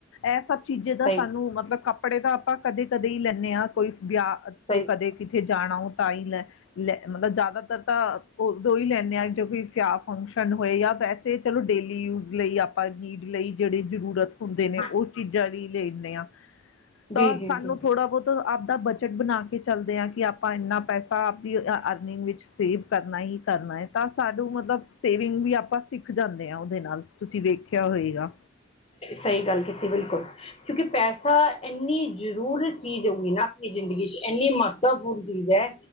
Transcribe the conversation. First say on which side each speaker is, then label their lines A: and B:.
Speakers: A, on the left; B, on the left.
A: ਇਹ ਸਭ ਚੀਜ਼ੇ ਦਾ
B: ਸਹੀ
A: ਸਾਨੂੰ ਮਤਲਬ ਕੱ ਕੱਪੜੇ ਤਾਂ ਆਪਾਂ ਕਦੇ-ਕਦੇ ਹੀ ਲੈਂਦੇ ਆ ਕੋਈ ਵਿਆਹ
B: ਸਹੀ
A: ਕਦੇ, ਕਿਤੇ ਜਾਣਾ ਉਹ ਤਾਂ ਹੀ ਲੈ ਲੈ ਮਤਲਬ, ਜ਼ਿਆਦਾਤਰ ਤਾਂ ਉਦੋਂ ਹੀ ਲੈਂਦੇ ਆ ਜੋ ਕੋਈ ਵਿਆਹ ਫੰਕਸ਼ਨ ਹੋਏ ਜਾਂ ਵੈਸੇ ਤੇ ਚਲੋ, ਡੇਲੀ ਯੂਜ ਲਈ ਆਪਾਂ ਨੀ ਲਈ ਜਿਹੜੇ ਜ਼ਰੂਰਤ ਹੁੰਦੇ ਨੇ,
B: ਹਾਂ
A: ਉਹ ਚੀਜ਼ਾਂ ਲਈ ਲੈਂਨੇ ਆ। ਤਾਂ
B: ਜੀ ਜੀ
A: ਸਾਨੂੰ
B: ਜੀ
A: ਥੋੜਾ ਬਹੁਤ ਆਪਦਾ ਬਜਟ ਬਣਾ ਕੇ ਚੱਲਦੇ ਆ ਕਿ ਆਪਾਂ ਇੰਨਾ ਪੈਸਾ ਆਪਦੀ ਅਰਨਿੰਗ ਵਿੱਚ ਸੇਵ ਕਰਨਾ ਹੀ ਕਰਨਾ ਐ। ਤਾਂ ਸਾਨੂੰ ਮਤਲਬ ਸੇਵਿੰਗ ਵੀ ਆਪਾਂ ਸਿੱਖ ਜਾਂਦੇ ਆ ਉਹਦੇ ਨਾਲ, ਤੁਸੀਂ ਵੇਖਿਆ ਹੋਏਗਾ।
B: ਸਹੀ ਗੱਲ ਕੀਤੀ ਬਿਲਕੁਲ। ਕਿਉਂ ਕਿ ਪੈਸਾ ਇੰਨੀ ਜ਼ਰੂਰਤ ਚੀਜ਼ ਹੋਊਗੀ ਨਾ ਆਪਣੀ ਜ਼ਿੰਦਗੀ ਚ, ਇੰਨੀ ਮਹਤ ਮਹੱਤਵਪੂਰਨ ਚੀਜ਼ ਐ।